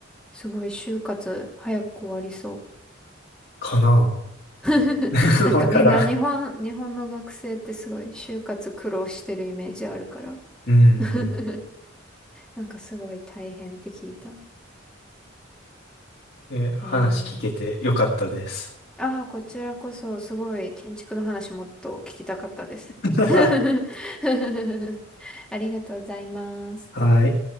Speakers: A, in the centre; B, on the left (about 50°).
A: すごい就活早く終わりそう。
B: かな。
A: <laughs>
B: <laughs>
A: なんかみんな日本、
B: わからん。
A: 日本の学生ってすごい就活苦労してるイメージあるから。
B: うん
A: <laughs> なんかすごい大変って聞いた。
B: うん。え、話聞けてよかったです。
A: えー、ああ、こちらこそすごい建築の話もっと聞きたかったです。
B: <laughs>
A: <laughs> ありがとうございます。
B: はい。